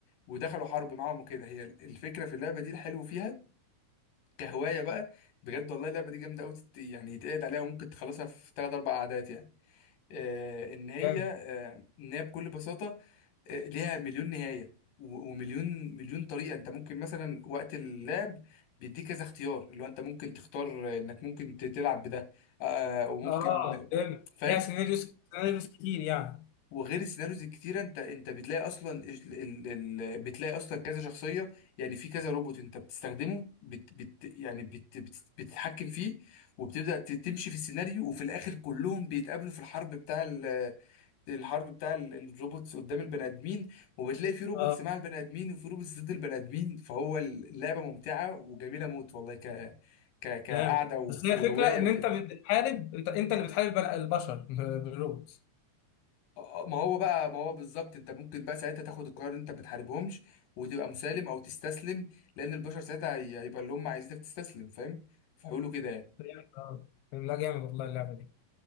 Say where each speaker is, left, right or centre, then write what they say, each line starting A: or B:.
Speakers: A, on the left; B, on the left.
A: ودخلوا حرب معاهم وكده هي الفكرة في اللعبة دي الحلو فيها كهوايه بقى بجد والله اللعبه دي جامده قوي يعني يتقعد عليها وممكن تخلصها في ثلاث اربع قعدات يعني آه ان هي
B: جامد
A: آه ان هي بكل بساطه آه ليها مليون نهايه و- ومليون مليون طريقه انت ممكن مثلا وقت اللعب بيديك كذا اختيار اللي هو انت ممكن تختار انك ممكن ت- تلعب بده آه آه، وممكن
B: اه فهمت
A: فاهم
B: ليها سيناريوز سيناريوز كتير يعني
A: وغير السيناريوز الكتيره انت انت بتلاقي اصلا ال... ال... ال... بتلاقي اصلا كذا شخصيه يعني في كذا روبوت انت بتستخدمه بت... بت... يعني بت... بت... بتتحكم فيه وبتبدا ت- تمشي في السيناريو وفي الاخر كلهم بيتقابلوا في الحرب بتاع ال... الحرب بتاع ال... الروبوتس قدام البني ادمين وبتلاقي في روبوتس
B: اه
A: مع البني ادمين وفي روبوتس ضد البني ادمين فهو اللعبه ممتعه وجميله موت والله ك ك كقعده
B: جامد
A: و-
B: بس هي
A: وهوايه
B: الفكره ان
A: وكده
B: انت بتحارب انت انت اللي بتحارب بني- البشر <laughs> بالروبوتس
A: آه، ما هو بقى ما هو بالظبط انت ممكن بقى ساعتها تاخد القرار ان انت ما تحاربهمش وتبقى مسالم او تستسلم لان البشر ساعتها هي- هيبقى اللي هم عايزينك تستسلم فاهم فيقولوا كده يعني
B: فهمت، اه لا جامد والله اللعبه دي